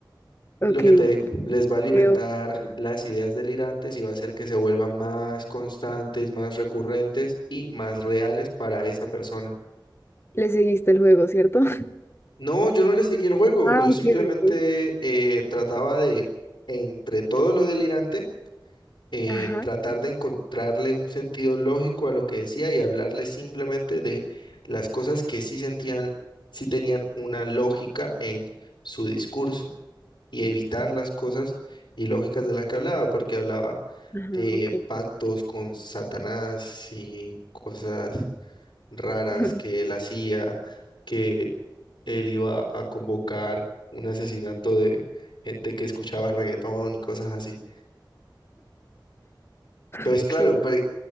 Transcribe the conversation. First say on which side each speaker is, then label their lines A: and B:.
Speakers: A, on the left; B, on the left.
A: Ok.
B: lo que te digo, les va a alimentar
A: Veo.
B: las ideas delirantes y va a hacer que se vuelvan más constantes, más recurrentes y más reales para esa persona.
A: Le seguiste el juego, ¿cierto? <laughs>
B: No, yo no le seguí el juego,
A: Ah,
B: yo simplemente
A: ok, ok.
B: eh, trataba de, entre todo lo delirante, eh,
A: Ajá.
B: tratar de encontrarle un sentido lógico a lo que decía y hablarle simplemente de las cosas que sí sentían, sí tenían una lógica en su discurso y evitar las cosas ilógicas de las que hablaba, porque hablaba
A: Ajá,
B: de
A: ok.
B: pactos con Satanás y cosas raras
A: <laughs>
B: que él hacía, que él iba a convocar un asesinato de gente que escuchaba reggaetón y cosas así. Pues
A: Ok.
B: claro, pero